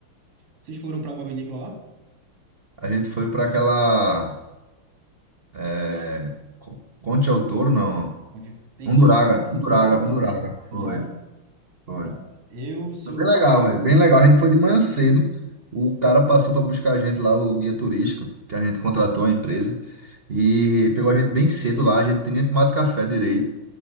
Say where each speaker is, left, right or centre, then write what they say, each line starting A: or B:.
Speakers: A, on the right (about 85°); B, on the right (about 40°).
A: Vocês foram para alguma vinícola lá?
B: a gente foi pra aquela. É, Co- Conte ao Touro, não.
A: Onde tem
B: Unduraga,
A: coisa Undurava,
B: Unduraga, Unduraga.
A: tem
B: Foi,
A: Undurava,
B: foi.
A: pronto. Eu, se
B: Foi
A: eu...
B: Bem legal, velho. Bem legal. A gente foi de manhã cedo. O cara passou para buscar a gente lá, o guia turístico, que a gente contratou a empresa. E pegou a gente bem cedo lá. A gente tinha nem tomado café direito.